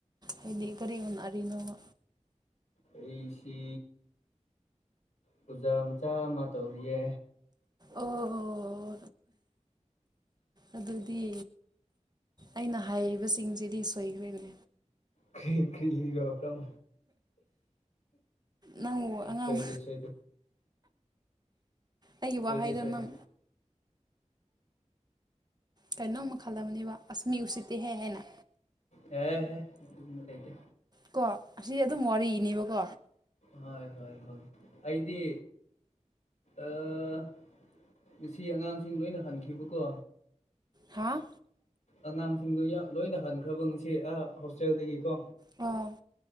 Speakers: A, on the right; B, on the left.
A: ꯍꯥꯏꯗꯤ ꯀꯔꯤ ꯍꯣꯠꯅꯔꯤꯅꯣꯕ
B: ꯑꯩꯁꯤ ꯄꯨꯖꯥ ꯃꯆꯥ ꯑꯃ ꯇꯧꯔꯤꯌꯦ
A: ꯑꯣ ꯑꯗꯨꯗꯤ ꯑꯩꯅ ꯍꯥꯏꯕꯁꯤꯡꯁꯤꯗꯤ ꯁꯣꯏꯈ꯭ꯔꯦꯅꯦ
B: ꯀ꯭ꯔꯤ ꯀ꯭ꯔꯤꯔꯣ ꯀꯔꯝ
A: ꯅꯪꯕꯨ ꯑꯉꯥꯡ
B: ꯁꯣꯏꯗꯦ ꯁꯣꯏꯗꯦ
A: ꯑꯩꯒꯤ
B: ꯁꯣꯏꯗꯦ
A: ꯋꯥꯍꯩꯗ
B: ꯁꯣꯏꯗꯦ
A: ꯅꯪ ꯀꯩꯅꯣꯝꯃ ꯈꯜꯂꯝꯅꯦꯕ ꯑꯁ ꯃꯤ ꯎꯁꯤꯠꯇꯦꯍꯦ ꯍꯥꯏꯅ
B: ꯌꯥꯔꯦꯍꯦ ꯑꯗꯨꯒꯨꯝꯕ ꯂꯩꯇꯦ
A: ꯀꯣ ꯑꯁꯤ ꯑꯗꯨꯝ ꯋꯥꯔꯤꯅꯤꯕ ꯀꯣ
B: ꯍꯣꯏ ꯍꯣꯏ ꯍꯣꯏ ꯑꯩꯗꯤ ꯑꯥ ꯉꯁꯤ ꯑꯉꯥꯡꯁꯤꯡ ꯂꯣꯏꯅ ꯍꯟꯈꯤꯕꯀꯣ
A: ꯍꯥꯥ
B: ꯑꯉꯥꯡꯁꯤꯡꯗꯨ ꯌꯥ ꯂꯣꯏꯅ ꯍꯟꯈ꯭ꯔꯕ ꯉꯁꯤ ꯑꯥ ꯍꯣꯁꯇꯦꯜꯗꯒꯤꯀꯣ
A: ꯍꯣꯏ